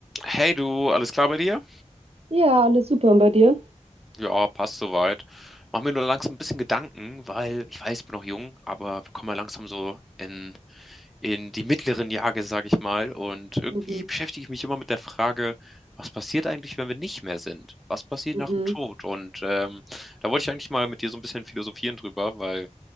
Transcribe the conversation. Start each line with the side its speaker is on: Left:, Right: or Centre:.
Centre: Hey du, alles klar bei dir?
Right: Ja, alles super. Und bei dir?
Centre: Ja, passt soweit. Mach mir nur langsam ein bisschen Gedanken, weil ich weiß, ich bin noch jung, aber wir kommen ja langsam so in, in die mittleren Jahre, sage ich mal. Und irgendwie
Right: Mhm,
Centre: beschäftige ich mich immer mit der Frage, was passiert eigentlich, wenn wir nicht mehr sind? Was passiert
Right: mhm.
Centre: nach dem Tod? Und ähm, da wollte ich eigentlich mal mit dir so ein bisschen philosophieren drüber, weil,